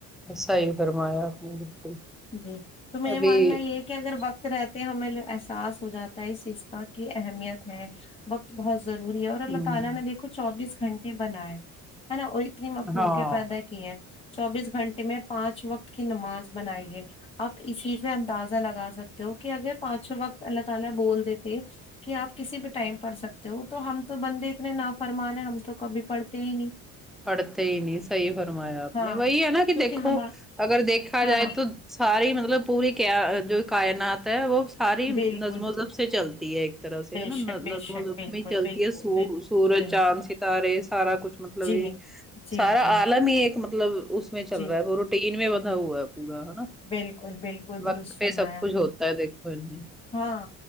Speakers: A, in the centre; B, on the left.
A: صحیح فرمایا آپ نے بالکل
B: جی تو میرا
A: ابھی
B: ماننا یہ ہے کہ اگر وقت رہتے ہمیں احساس ہو جاتا ہے اس چیز کا کی اہمیت ہے وقت بہت ضروری ہے اور اللہ
A: ہوں
B: تعا لی نے دیکھو چوبیس گھنٹے بنائے ہے نہ اتنی مخلوق
A: ہاں
B: پیدا کی ہیں چوبیس گھنٹے میں پانچ وقت کی نماز بنائی ہے آپ اسی سے سے اندازہ لگا سکتے ہو کہ اگر پانچوں وقت اللہ تعالی بول دیتے کہ آپ کسی بھی ٹائم پڑھ سکتے جو تو ہم تو بندے اتنے نہ فرمانے ہم تو کبھی پڑھتے ہی نہیں
A: پڑتے ہی نہیں صحیح فرمایا آپ
B: ہاں
A: نے وہی ہے نا کی
B: کیونکہ
A: دیکھو
B: ہم
A: اگر دیکھا
B: ہاں
A: جائے تو ساری مطلب پوری جو کائنات ہے وہ ساری
B: بالکل
A: نظم و ضبط سے چلتی ہے ایک طرح سے
B: بے
A: ہے نا
B: شک
A: نظم
B: بے شک
A: و ضبط
B: بالکل
A: میں چلتی
B: بالکل
A: ہے سوس
B: بالکل
A: سورج
B: بالکل
A: چاند ستارے سارا کچھ مطلب
B: جی
A: یے
B: جی
A: سارا
B: جی
A: عالم ہی ایک مطلب اس میں چل
B: جی
A: رہا ہے وہ روٹین میں بندھا ہوا ہے پورا ہے نا
B: بالکل بالکل درست
A: وقت پے
B: فرمایا
A: سب کچھ ہوتا ہے دیکھو ان میں
B: ہاں